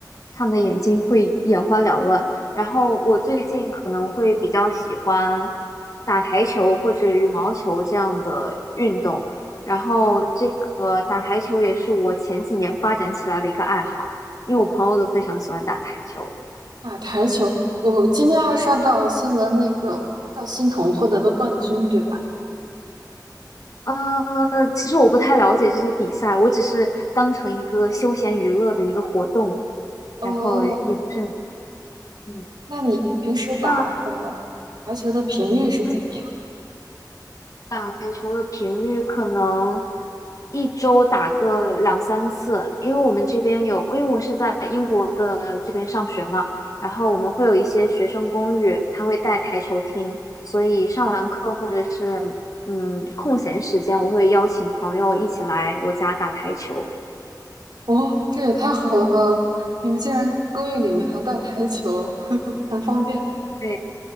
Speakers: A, on the left; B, on the right.
A: 看的眼睛会眼花缭乱。然后我最近可能会比较喜欢打台球或者羽毛球这样的运动，然后这个打台球也是我前几年发展起来的一个爱好，因为我朋友都非常喜欢打台球。
B: 打台球，我今天还刷到新闻，那个赵欣童获得了冠军，对吧？
A: 呃，其实我不太了解这些比赛，我只是当成一个休闲娱乐的一个活动，
B: 哦，
A: 然后也不是很，嗯，
B: 那你平时打打台球的频率是怎么样？
A: 那那打台球的频率可能一周打个两三次，因为我们这边有，因为我是在英国的这边上学嘛，然后我们会有一些学生公寓，他会带台球厅，所以上完课或者是嗯空闲时间，我会邀请朋友一起来我家打台球。
B: 哦，这也太好了吧！你们竟然公寓里面还带台球，很方便。
A: 对